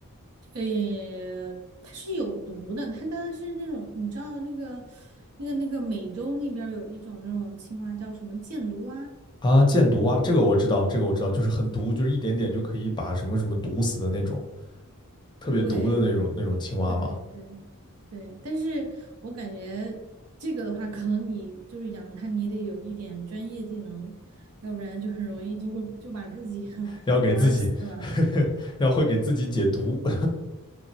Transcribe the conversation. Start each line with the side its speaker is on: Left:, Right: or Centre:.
Right: 呃，它是有毒的，它它是那种，你知道那个那个那个美洲那边儿有一种那种青蛙叫什么箭毒蛙，
Left: 啊，箭毒蛙，这个我知道，这个我知道，就是很毒，就是一点点就可以把什么什么毒死的那种，特别毒的那种那种青蛙嘛。
Right: 对对对对，但是我感觉这个的话，可能你就是养它，你得有一点专业技能，要不然就很容易就会就把自己 <laughs>
Left: 要给自己呵呵
Right: 玩儿死了。
Left: <laughs> 要会给自己解毒。<laughs>